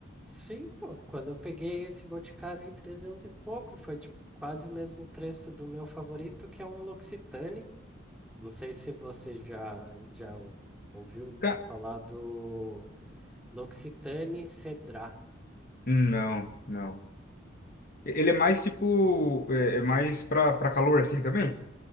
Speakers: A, in the centre; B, on the left.
A: Sim, pô. Quando eu peguei esse Boticário aí, 300 e pouco, foi tipo quase o mesmo preço do meu favorito, que é um L'Occitane. Não sei se você já, já ouviu
B: Ca-
A: falar do. L'Occitane Cedrat.
B: Não, não. Ele é mais tipo, é, é mais pra, pra calor assim também.